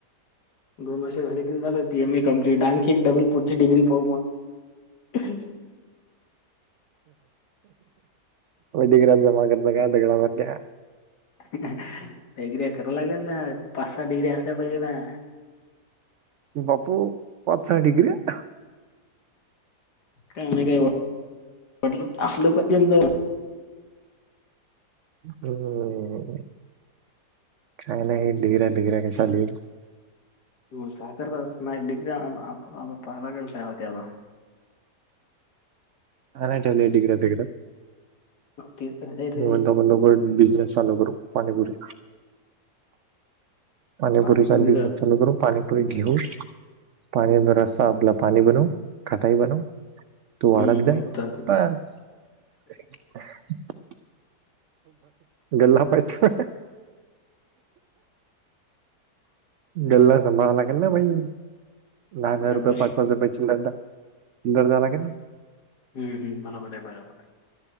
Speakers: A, on the left (about 70°); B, on the right (about 80°).
A: दोन वर्षे झाले की झालं ती एम ए कम्प्लीट. आणखी एक डबल पुढची डिग्री पाहू मग.
B: डिग्र्या जमा करत का <unintelligible>
A: काहीतरी कराय लागेल ना, पाच सात डिग्री असल्या पाहिजे ना.
B: बापू पाच सहा डिग्र्या.
A: काय ना काय वाट <unintelligible> असल पण त्यां <unintelligible>
B: हो. चांगलं हे डिग्र्या बिग्र्या कशाले.
A: तुम्ही का करताय नाही बिग्र्या <unintelligible> होत्या बघा.
B: आणायच्या लई डिग्र्या घरात
A: ते तर काय
B: <unintelligible>
A: रे
B: बिझनेस चालू करू पाणीपुरी पाणीपुरीचा
A: पाणीपुरी
B: बिझनेस चालू करू. पाणीपुरी घेऊ, पाणी जरासा आपलं पाणी बनवू. खटाई बनवू. तू
A: हम्म,
B: वाढत जाय
A: हम्म चालतंय.
B: बस <unintelligible> गल्ला पाहिते. गल्ला संभाळाय लाग ना भाई. दहा दहा
A: गल्ला?
B: रुपये, पाच पाच रुपये चिल्लर दा चिल्लर <unintelligible> की नई.
A: हम्म, हम्म बरोबर आहे, बरोबर आहे.